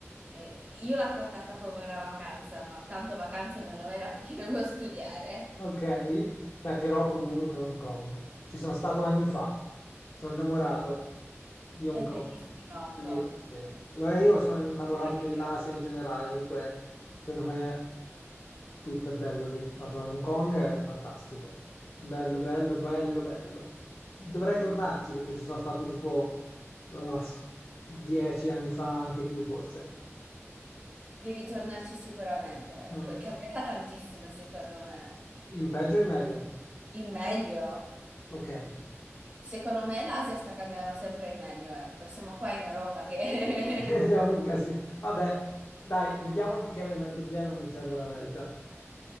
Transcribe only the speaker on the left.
Ok, beh, però comunque Hong Kong. Ci sono stato anni fa. Sono innamorato di Hong
Kong.
Sì,
sì. Guarda,
io
sono innamorato
dell'Asia in generale, dunque per me tutto è bello lì. Ma proprio Hong Kong è fantastico. Bello, bello, bello, bello. Dovrei tornarci perché ci sono stato tipo uff, dieci anni fa, anche più forse.
Mm.
In peggio e in meglio.
Ok.
<laughs> Siamo un casino. Vabbè, dai, vediamo il bicchiere mezzo pieno, non siamo in America.